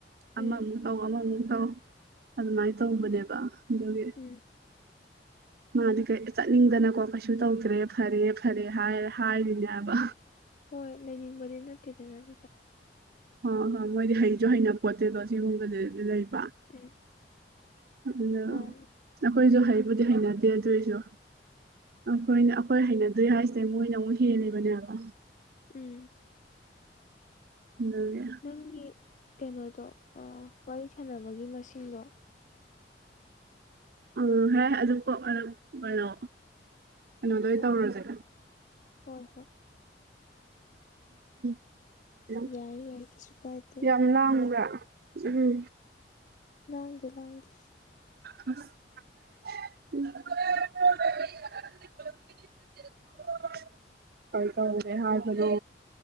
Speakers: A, on the left; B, on the right.
A: ꯎꯝ
B: ꯑꯃꯃꯨꯛ ꯇꯧ ꯑꯃꯃꯨꯛ ꯇꯧ ꯑꯗꯨꯃꯥꯏ ꯇꯧꯕꯅꯦꯕ ꯑꯗꯨꯒꯤ
A: ꯎꯝ
B: ꯃꯥꯗꯤ ꯀꯩ ꯆꯠꯅꯤꯡꯗꯅ ꯀꯣ ꯀꯩꯁꯨ ꯇꯧꯗ꯭ꯔꯦ ꯐꯔꯦ ꯐꯔꯦ ꯍꯥꯏꯔ ꯍꯥꯏꯔꯤꯅꯦꯕ
A: ꯍꯣꯏ ꯂꯩꯅꯤꯡꯕꯗꯤ ꯅꯠꯇꯦꯗꯅ ꯑꯗꯨꯗ
B: ꯍꯣ ꯍꯣ ꯃꯣꯏꯗꯤ ꯍꯩꯁꯨ ꯍꯩꯅꯄꯣꯠꯇꯦꯗꯣ ꯁꯤꯒꯨꯝꯕꯖꯦ ꯂꯩ <unintelligible>
A: ꯎꯝ
B: ꯑꯗꯨꯅ
A: ꯃꯥꯅꯦ
B: ꯑꯩꯈꯣꯏꯁꯨ ꯍꯩ ꯕꯨꯗꯤ ꯍꯩꯅꯗꯦ ꯑꯗꯨ ꯑꯣꯏꯁꯨ ꯑꯈꯣꯏꯅ ꯑꯈꯣꯏ ꯍꯩꯅꯗꯦ ꯍꯥꯏꯁꯦ ꯃꯣꯏꯅ ꯑꯃꯨꯛ ꯍꯦꯜꯂꯤꯕꯅꯦꯕ
A: ꯎꯝ
B: ꯗꯨꯒꯤ
A: ꯅꯪꯒꯤ ꯀꯩꯅꯣꯗꯣ ꯑꯥ ꯋꯥꯔꯤ ꯁꯥꯟꯅꯕꯒꯤ ꯃꯁꯤꯡꯗꯣ
B: ꯑ ꯍꯦ ꯑꯗꯨ ꯀꯣ ꯑꯗꯨ ꯀꯩꯅꯣ ꯀꯩꯅꯣꯗ ꯑꯣꯏ
A: ꯎꯝ
B: ꯇꯧꯔꯨꯔꯁꯦ
A: ꯍꯣꯏ ꯍꯣꯏ
B: <unintelligible>
A: ꯌꯥꯏ ꯌꯥꯏ ꯀꯩꯁꯨ ꯀꯥꯏꯗꯦ
B: ꯌꯥꯝ ꯂꯥꯡꯕ꯭ꯔꯥ ꯎꯝ
A: ꯂꯥꯡꯗꯦ ꯂꯥꯡꯗꯦ
B: <unintelligible> <unintelligible> ꯀꯩꯗꯧꯔꯦ ꯍꯥꯏꯕꯅꯣ